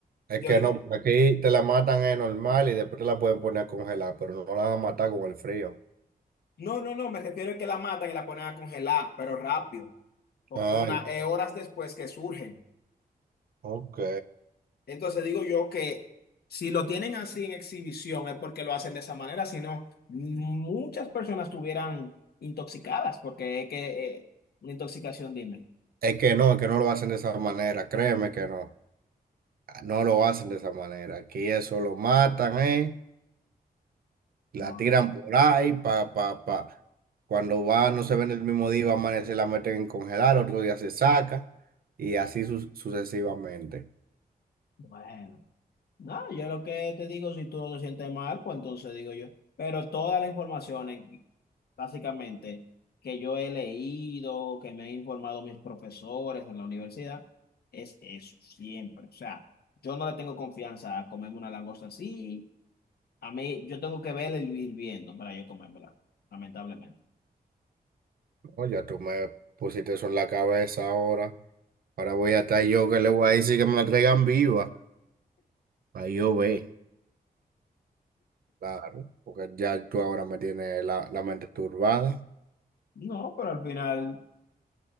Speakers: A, on the right; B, on the left.
A: Es
B: yo
A: que
B: digo,
A: no, porque aquí te la matan es normal y después te la pueden poner a congelar, pero no la van a matar con el frío.
B: no, no, no, me refiero a que la matan y la ponen a congelar, pero rápido, porque
A: Ay,
B: una, eh, horas después que surgen.
A: ok.
B: Entonces digo yo que si lo tienen así en exhibición es porque lo hacen de esa manera, si no, muchas personas estuvieran intoxicadas, porque es que eh, una intoxicación, dime.
A: Es que no, es que no lo hacen de esa manera, créeme que no, no lo hacen de esa manera. Aquí eso lo matan, ¿eh? La
B: No,
A: tiran por ahí, pa, pa, pa. Cuando va, no se ven el mismo día, va a amanecer, la meten en congelar, otro día se saca y así su- sucesivamente.
B: bueno, no, yo lo que te digo, si tú no te sientes mal, pues entonces digo yo, pero todas las informaciones, básicamente, que yo he leído, que me han informado mis profesores en la universidad, es eso, siempre. O sea, yo no le tengo confianza a comerme una langosta así. A mí, yo tengo que verla y ir viendo para yo comérmela, lamentablemente.
A: No, ya tú me pusiste eso en la cabeza ahora. Ahora voy a estar yo que le voy a decir que me la traigan viva. Ahí yo ve, claro, porque ya tú ahora me tienes la, la mente turbada.
B: No, pero al final